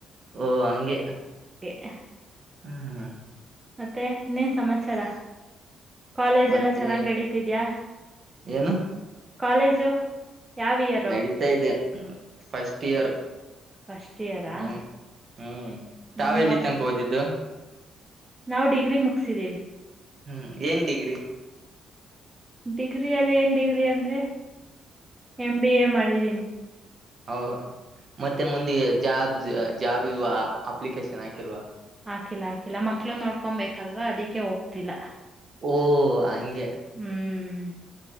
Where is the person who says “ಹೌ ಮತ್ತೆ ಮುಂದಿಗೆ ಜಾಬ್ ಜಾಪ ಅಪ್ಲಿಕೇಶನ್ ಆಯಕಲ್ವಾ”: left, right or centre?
Right